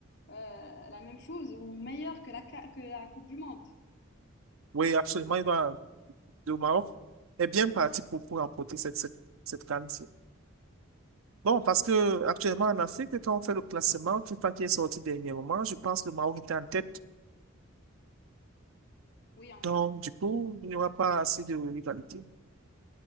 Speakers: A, on the left (about 50°); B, on the right (about 75°).
A: euh, la même chose ou meilleur que la, ca- que la Coupe du Monde.
B: Oui, absolument. Il va, le Maroc est bien parti pour, pour remporter cette, cette, cette CAN. Bon, parce que actuellement en Afrique, quand on fait le classement, FIFA qui est sorti dernièrement, je pense que le Maroc était en tête.
A: Oui, en-
B: Donc, du coup, il n'y aura pas assez de rivalité.